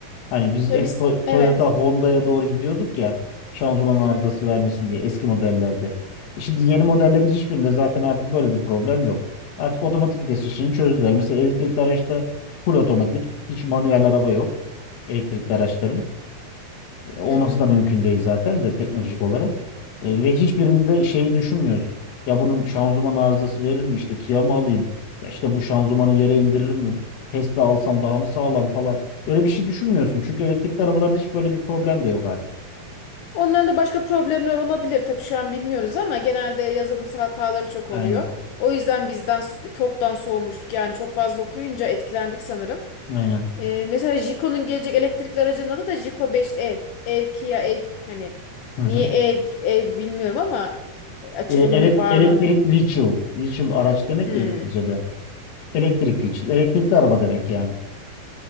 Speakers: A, on the left; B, on the left.
A: Hani biz
B: Ya
A: hep
B: biz
A: To- Toyota,
B: evet.
A: Honda'ya doğru gidiyorduk ya şanzıman arızası
B: Hı hı,
A: vermesin diye eski modellerde. E Şimdi yeni modellerin hiçbirinde zaten artık böyle bir problem yok. Artık otomatik vites işini çözdüler. Mesela elektrikli araçta full otomatik, hiç manuel araba yok elektrikli araçların. Olması
B: hı hı.
A: da mümkün değil zaten de teknolojik olarak. E, ve hiçbirinde şeyi düşünmüyoruz. Ya bunun şanzıman arızası verir mi? İşte Kia mı alayım? Ya işte bu şanzımanı yere indirir mi? Tesla alsam daha mı sağlam falan. Öyle bir şey düşünmüyorsun. Çünkü elektrikli arabalarda hiç böyle bir problem de yok artık.
B: Onların da başka problemler olabilir. Tabii şu an bilmiyoruz ama genelde yazılımsal hataları çok
A: Aynen.
B: oluyor. O yüzden bizden TOK'tan soğumuştuk. Yani çok fazla okuyunca etkilendik sanırım.
A: Aynen.
B: Ee, mesela Jiko'nun gelecek elektrikli aracının adı da Jiko 5 ev. Ev Kia ev. Hani
A: Hı hı.
B: niye ev ev bilmiyorum ama e, açılımı
A: E, elek-
B: ne- var
A: elektrik
B: mı?
A: vehicle. Vehicle araç demek
B: Hmm.
A: ya İngilizce'de. Elektrik vehicle. Elektrikli araba demek yani.